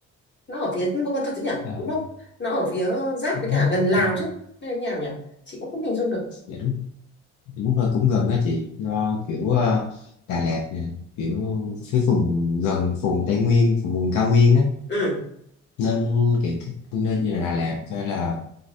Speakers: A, on the left; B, on the left.
A: nó ở phía Buôn Ma Thuột chứ nhỉ
B: ờ,
A: đúng không nó ở phía giáp
B: dạ
A: với cả
B: đúng rồi.
A: gần Lào
B: Ừ,
A: chứ hay là như nào nhỉ chị cũng không hình dung được
B: dạ đúng Dạ đúng rồi cũng gần đó chị do kiểu ờ, Đà Lạt nè kiểu phía vùng gần vùng Tây Nguyên vùng, vùng cao nguyên á
A: ừ
B: nên kiểu các nơi như là Đà Lạt hay là